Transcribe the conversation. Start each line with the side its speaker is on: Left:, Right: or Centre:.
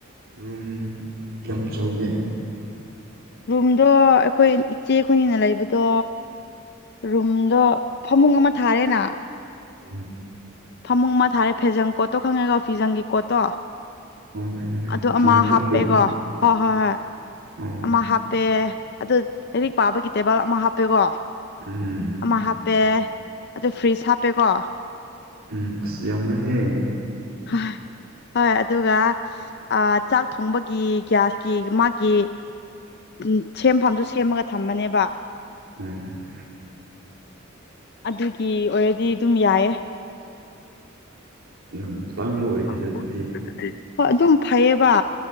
Right: ꯔꯨꯝ ꯀꯌꯥꯝ ꯆꯥꯎꯒꯦ
Left: ꯔꯨꯝꯗꯣ ꯑꯩꯈꯣꯏ ꯏꯆꯦꯈꯣꯢꯅꯤꯅ ꯂꯩꯕꯗꯣ ꯔꯨꯝꯗꯣ ꯐꯃꯨꯡ ꯑꯃ ꯊꯥꯔꯦꯅ
Right: ꯎꯝ
Left: ꯐꯃꯨꯡ ꯑꯃ ꯊꯥꯔꯦ ꯐꯦꯖꯪ ꯀꯣꯠꯇꯣ ꯈꯪꯉꯦꯀꯣ ꯐꯤꯖꯪꯒꯤ ꯀꯣꯠꯇꯣ
Right: ꯑꯣ ꯈꯪꯉꯤ ꯈꯪꯉꯤ
Left: ꯑꯗꯨ
Right: ꯐꯤ
Left: ꯑꯃ
Right: ꯍꯥꯞꯐꯝꯗꯨ
Left: ꯍꯥꯞꯄꯦꯀꯣ ꯍꯣꯏ ꯍꯣꯏ ꯍꯣꯏ
Right: ꯑꯣ
Left: ꯑꯃ ꯍꯥꯞꯄꯦ ꯑꯗꯨ ꯂꯥꯏꯔꯤꯛ ꯄꯥꯕꯒꯤ ꯇꯦꯕꯜ ꯑꯃ ꯍꯥꯞꯄꯦꯀꯣ
Right: ꯎꯝ
Left: ꯑꯃ ꯍꯥꯞꯄꯦ ꯑꯗꯨ ꯐ꯭ꯔꯤꯖ ꯍꯥꯞꯄꯦꯀꯣ
Right: ꯎꯝ ꯑꯁ ꯌꯥꯝꯁꯦꯍꯦ
Left: ꯍ ꯍꯣꯏ ꯑꯗꯨꯒ ꯑ ꯆꯥꯛ ꯊꯣꯡꯕꯒꯤ ꯒ꯭ꯌꯥꯁꯀꯤ ꯃꯥꯒꯤ ꯎꯝ ꯁꯦꯝꯐꯝꯗꯨ ꯁꯦꯝꯃꯒ ꯊꯝꯕꯅꯦꯕ
Right: ꯎꯝ
Left: ꯑꯗꯨꯒꯤ ꯑꯣꯏꯔꯗꯤ ꯑꯗꯨꯝ ꯌꯥꯏꯑꯦ
Right: ꯌꯥꯝ ꯇꯥꯡꯕ ꯑꯣꯏꯗꯦꯗ
Left: <inaudible>
Right: ꯑꯗꯨꯗꯤ
Left: ꯍꯣꯏ ꯑꯗꯨꯝ ꯐꯩꯌꯦꯕ